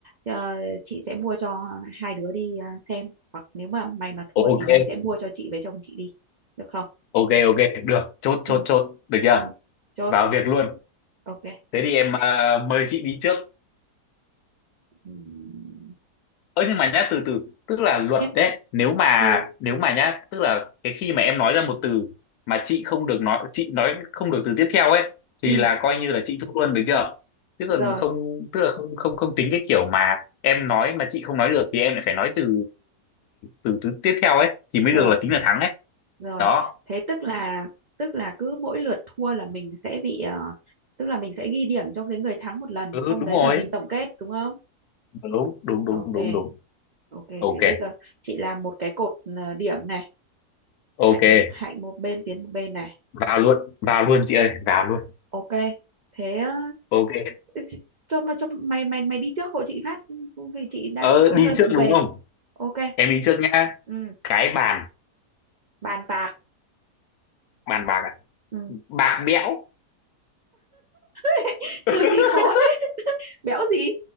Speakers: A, on the right; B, on the left.
A: ờ, chị sẽ mua cho hai đứa đi ờ, xem hoặc nếu mà mày mà
B: ok,
A: thua thì mày sẽ mua cho chị với chồng chị đi được không
B: ok ok, được, chốt
A: ừ
B: chốt chốt, được chưa?
A: ừ chốt
B: Vào việc luôn.
A: ok
B: Thế thì em ờ, mời chị đi trước.
A: Ừm,
B: ơ nhưng mà nhá từ từ tức là luật
A: em
B: đấy nếu mà
A: ừ
B: nếu mà nhá tức là cái khi mà em nói ra một từ mà chị không được nói chị nói không được từ tiếp theo ấy
A: ừ
B: thì là coi như là chị thua luôn được chưa chứ còn
A: rồi
B: không tức là không không không tính cái kiểu mà em nói mà chị không nói được thì em lại phải nói từ từ từ tiếp theo ấy thì mới
A: rồi
B: được là tính là thắng ấy
A: Rồi,
B: đó
A: thế tức là tức là cứ mỗi lượt thua là mình sẽ bị ờ, tức là mình sẽ ghi điểm cho cái người thắng một lần,
B: ừ
A: xong
B: đúng
A: đấy
B: rồi
A: là mình tổng kết đúng không?
B: đúng đúng đúng
A: Ok,
B: đúng đúng
A: ok
B: ok
A: thế bây giờ chị làm một cái cột ờ, điểm này,
B: ok
A: hạnh hạnh một bên tiến một bên này.
B: vào luôn vào luôn chị ơi vào luôn
A: Ok. Thế ờ,
B: ok
A: chị- cho mà cho mày mày mày đi trước hộ chị phát vì chị đang
B: ờ
A: hơi
B: đi
A: hơi vụng
B: trước đúng
A: về.
B: không
A: Ok.
B: em đi trước nhá
A: Ừ,
B: cái bàn
A: bàn bạc.
B: bàn bạc à?
A: Ừ.
B: bạc bẽo
A: <laughs>
B: <laughs>
A: Từ gì khó thế? Béo gì?